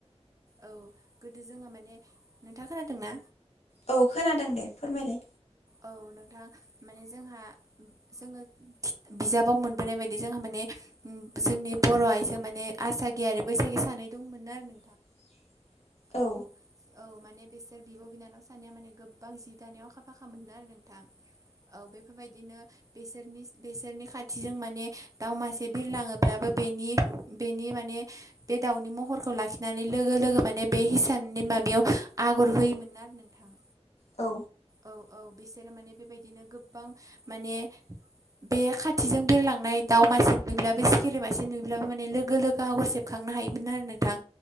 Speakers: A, on the right; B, on the left.
A: औ गोदो जोङो माने नोंथाङा खोनादोंना
B: औ खोनादों दे फोरमायलाय।
A: औ नोंथां माने जोंहा जोङो <unintelligible> बिजाबाव मोनबोनाय बायदि जोंहा माने उम जोंनि बर' आयजो माने आसागि आरो बैसागि सानै दंमोन आरो
B: <inaudible> औ
A: औ-औ माने बिसोर बिब' बिनानाव सानैया माने गोबां जि दानायाव अखा फाखा खामोन आरो नोंथां औ बेफोरबायदिनो बेसोरनि बेसोरनि खाथिजों माने दाउमासे बिरलाङोब्लाबबो बेनि-बेनि माने बे दाउनि महरखौ लाखिनानै लोगो-लोगो माने बे हिसाननि माबायाव आगर होयोमोन आरो नोंथां।
B: औ
A: औ-औ बिसोरो माने बेबायदिनो गोबां माने बे खाथिजों बिरलांनाय दाउ मासे नुुयोब्लाबो सिखिरि मासे नुयोब्लाबो माने लोगो-लोग गो हावखौ सेबखांनो हायोमोन आरो नोंथां।